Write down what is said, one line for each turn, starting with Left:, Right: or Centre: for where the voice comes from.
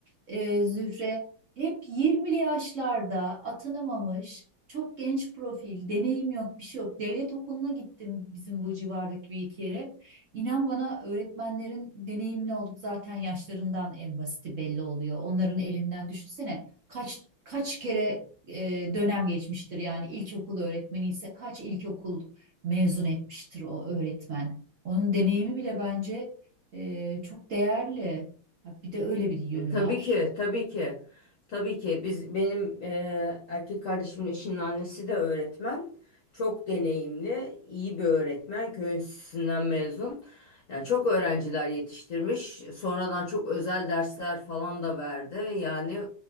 Right: E, Zühre hep 20'li yaşlarda atanamamış, çok genç profil, deneyim yok, bir şey yok. Devlet okuluna gittim bizim bu civardaki bir iki yere. İnan bana öğretmenlerin deneyimli olduk zaten yaşlarından en basiti belli oluyor. Onların elinden düşünsene kaç kaç kere e, dönem geçmiştir. Yani ilkokul öğretmeni ise kaç ilkokul mezun etmiştir o öğretmen. Onun deneyimi bile bence e, çok değerli. Ha, Bir de öyle bir yönü
Left: E, Tabii
Right: var.
Left: ki, tabii ki. Tabii ki biz benim e, erkek kardeşimin eşinin annesi de öğretmen. Çok deneyimli, iyi bir öğretmen. Köy enstitüsünden mezun. Yani çok öğrenciler yetiştirmiş. Sonradan çok özel dersler falan da verdi. Yani